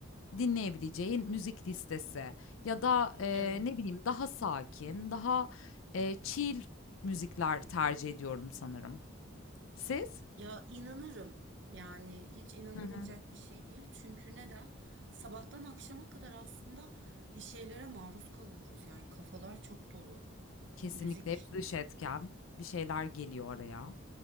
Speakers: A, on the left; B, on the right.
A: dinleyebileceğin müzik listesi ya da e,
B: Evet.
A: ne bileyim daha sakin, daha e, chill müzikler tercih ediyorum sanırım. Siz?
B: Ya inanırım. Yani hiç inanılmayacak
A: Hı hı.
B: bir şey değil. Çünkü neden? Sabahtan akşama kadar aslında bir şeylere maruz kalıyoruz. Yani kafalar çok dolu.
A: Kesinlikle
B: Müzik
A: hep dış etken bir şeyler geliyor araya.